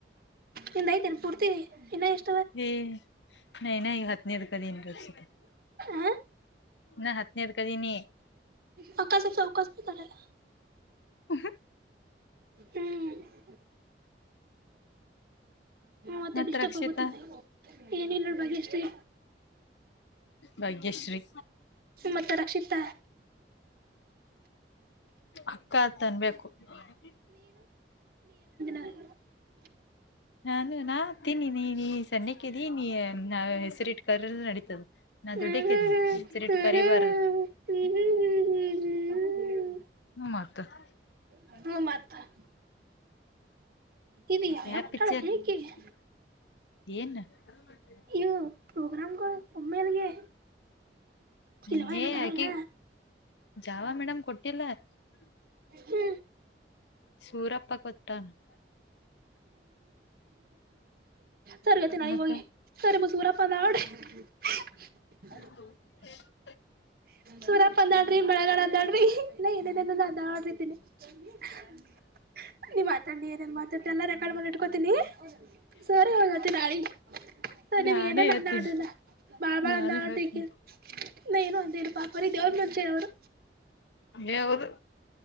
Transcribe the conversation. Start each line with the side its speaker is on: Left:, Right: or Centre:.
Right: ನಿ ಐತೆ ಪೂರ್ತಿ ಇನ್ನ ಎಷ್ಟ
Left: ಹ ನ ನ ಹತ್ನದ <unintelligible>
Right: ಹ
Left: ನಾ ಹತ್ತನೇದ ಕದೀನಿ
Right: ಮಕಾಸ ಚೌಕಾಸ ನ ತರಲ್ಲ
Left: ಹ <unintelligible>
Right: ಹ್ಮ್ ಮತ್ತೆ
Left: ಮತ್
Right: ಡಿಸ್ಟರ್ಬ್
Left: ರಕ್ಷಿತ
Right: ಆಗುತ್ತದ ಏನಿಲ್ಲ ನೋಡ್ ಭಾಗ್ಯಶ್ರೀ
Left: ಭಾಗ್ಯಶ್ರೀ
Right: ಮತ್ತ ರಕ್ಷಿತ
Left: ಅಕ್ಕ, ಅಂತ, ಅನುಬೆಕ್ಕು? <unintelligible>
Right: ಹ. <unintelligible>
Left: ನಾನು, ನಾ, ತಿನ್ನಿ, ನೀ, ನೀ, ಸಣ್ಣಕ್ಕಿದೀ, ಹೆಸರಿಟ್ಟು ಕರೆದರೂ ನಡೆಯುತ್ತೆ? <unintelligible> ನಾ, ನಾ
Right: ಹ್ಮ್
Left: ದೊಡ್ಡ ಹಕ್ಕಿನೀ,
Right: ಹ್ಮ್
Left: ಹೆಸರು ಹಿಡಿದು ಕರೀಬಾರದು?
Right: ಹ್ಮ್ ಹ್ಮ್ ಹ್ಮ್ ಹ್ಮ್ ಹ್ಮ್ ಹ್ಮ್ ಹ್ಮ್
Left: <unintelligible>
Right: ಹ್ಮ್ ಹ್ಮ್
Left: ಹ್ಮ, ಮತ್ತೆ. <unintelligible>
Right: ಹ್ಮ್ ಹ್ಮ್ ಮತ್ತ ಇದು ಯಾವ್ಯಾವ
Left: ಯ,
Right: ಕೊಟ್ಟಾಳಕ್ಕೆ
Left: ಪಿಕ್ಚರ್. <unintelligible>
Right: ಈಕಿಗೆ
Left: ಏನ್? <unintelligible>
Right: ಇವು ಪ್ರೋಗ್ರಾಮ್ಗಳು ಒಮ್ಮೆಲ್ಗೆ ಇಲ್ವಾ
Left: ಎಂಗೆ,
Right: ಏನೋ ತಳಗಿನ
Left: ಯಾಕೆ ಜಾವ ಮೇಡಮ್ ಕೊಟ್ಟಿಲ್ಲ? <unintelligible>
Right: ಹ್ಞೂ
Left: ಸೂರಪ್ಪ, ಕೊಟ್ಟ? <unintelligible>
Right: ಸರಿಯವತ್ಹುಗಿ,
Left: ಮತ್ತ
Right: ಹೋಗಿ ಸರಿ! ಮಸೂರಪ್ಪ ನೋಡಿ? <unintelligible>
Left: ಒಂದು. <unintelligible>
Right: ಸೂರಪ, ನೋಡ್ರಿ, ಮಳೆಗಾಲ ನೋಡ್ರಿ, ಇಲ್ಲ ಏನೇನ, ವಧ್ಯಡೋರೀತಿಲಿ. <unintelligible> ನೀ, ಮಾತಾಡು, ಏನನ್ ಮಾತಾಡ್ತೀಯ, ಎಲ್ಲಾ ರೆಕಾರ್ಡ್ ಮಾಡಿ. <unintelligible> ತಕೋತೀನಿ, ಸರಿ, ಇವತ್ತು, ನಾಳಿ. <unintelligible> ಸರಿ,
Left: ನಾನೇ
Right: ನೀನುಯೇನು,
Left: ಹೇಳ್ತೀನಿ
Right: ನೋಡಿಲ್ಲ, ಬಾಬಾ
Left: ನಾನೇ
Right: ಹಂದ
Left: ಹೇಳ್ತೀನಿ
Right: ಟೀಕೆ, ನಾ ಏನು ಅಂದಿಲ್ಲ? <unintelligible> ಬರೀ, ದೇವರು ಎಂದರೆ, ಮುಂಚೆ, ಯಾವೂರು.
Left: ಏ ಹೌದು